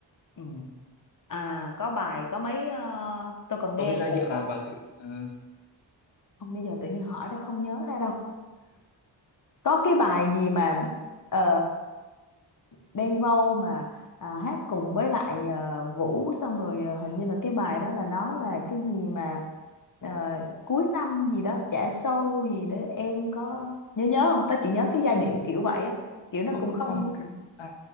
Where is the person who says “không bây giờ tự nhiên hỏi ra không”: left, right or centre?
Left